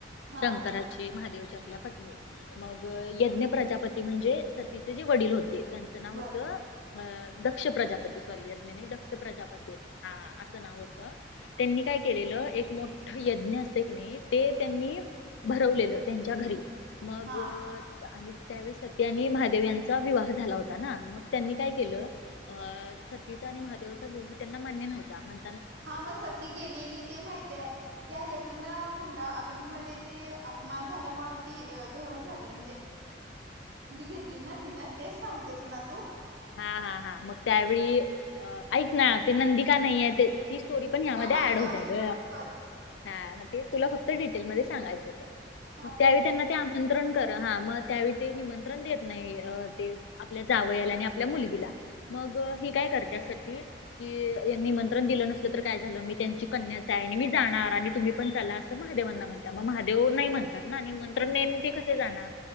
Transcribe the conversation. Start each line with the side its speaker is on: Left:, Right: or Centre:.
Right: हा
Left: शंकराची महादेवची आपल्या पत्नी. मग अ यज्ञ प्रजापती म्हणजे सतीचे जे वडील होते त्यान च नाव
Right: बर
Left: होतं, अ दक्ष प्रजापती सॉरी यज्ञ नाही दक्ष प्रजापती. हा असं नाव होतं, त्यांनी काय केलेलं एक मोठ यज्ञ असतंय की नाही ते त्यांनी भरवलेलं त्यांच्या घरी मग
Right: हा
Left: अ आणि त्यावेळी सती आणि महादेव यांचा विवाह झाला होता ना, मग त्यांनी काय केलं अ सतीचा आणि महादेवचा विवाह त्यांना मान्य नव्हता, म्हण
Right: हा मग सती गेलेली ते माहितेय. त्या यग्न कुंडा अग्नीमध्ये ती अपमान झाल्यामुळे ती अ दहन झाली म्हणजे उडी घेतली ना तिनं, तेच सांगतेस ना तू?
Left: हा हा हा, मग त्यावेळी अ ऐक ना ते नंदी का नाहीए ते ती स्टोरी पण हया मध्ये
Right: हा हा
Left: ऍड होत्या
Right: सॉरी सॉरी
Left: ग,
Right: सॉरी
Left: हा मग तेच तुला फक्त डिटेलमध्ये सांगायचं होतं.
Right: हा
Left: मग त्यावेळी
Right: कंटिन्यू
Left: त्यांना
Right: कर
Left: ते आमंत्रण तर हा मग त्यावेळी ते निमंत्रण देत नाही अ ते आपल्या जावयाला आणि आपल्या मुलगीला. मग अ ही काय करत्या सती कि य निमंत्रण दिलं नसलं तर काय झालं, मी त्यांची कन्याच आहे आणि मी जाणार आणि तुम्ही पण चला असं महादेवांना म्हणत्या, मग महादेव नाही म्हणतात ना निमंत्रण
Right: ह
Left: नाय आन मी कसं जाणार.